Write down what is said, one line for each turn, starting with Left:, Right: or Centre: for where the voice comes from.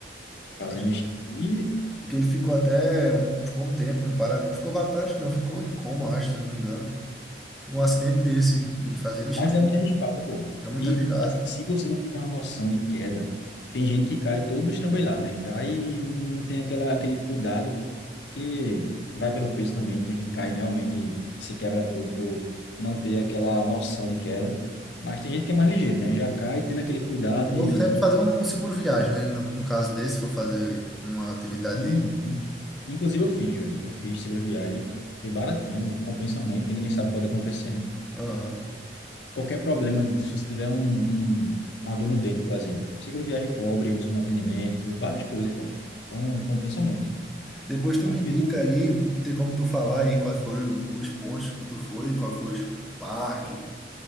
Left: fazendo
Centre: Acho
Left: esqui
Centre: que que ele ficou até, ficou um tempo, em para, ficou para prática, não, ficou em coma, acho, se eu não me engano. Um acidente desse, e fazendo esqui.
Left: Mas é muito arriscado, pô.
Centre: É muito
Left: E
Centre: arriscado.
Left: assim, se você não tiver uma noção de queda, tem gente que cai todo estrambelhado, né? Cai e não, não tem aquela, aquele cuidado que vai pelo peso também, tem gente que cai realmente se quebra tudo por não ter aquela noção de queda. Mas tem gente que é mais ligeiro, né? Já cai tendo aquele cuidado
Centre: É bom
Left: de...
Centre: sempre fazer um seguro viagem, né? No, no caso desse, se for fazer uma atividade.
Left: Sim, sim. Inclusive eu fiz, velho. Eu fiz seguro viagem. Foi baratinho, compensa muito, porque ninguém sabe o que pode acontecer, né?
Centre: Aham.
Left: qualquer problema, se você tiver um, um, uma dor no dente, por exemplo, seguro viagem cobre, um atendimento, várias coisas, pô. Então, compensa muito.
Centre: Depois tu
Left: na
Centre: me
Left: minha
Centre: indica
Left: visão.
Centre: aí, tem como tu falar aí quais foram os pontos que tu foi, qual foi os parques,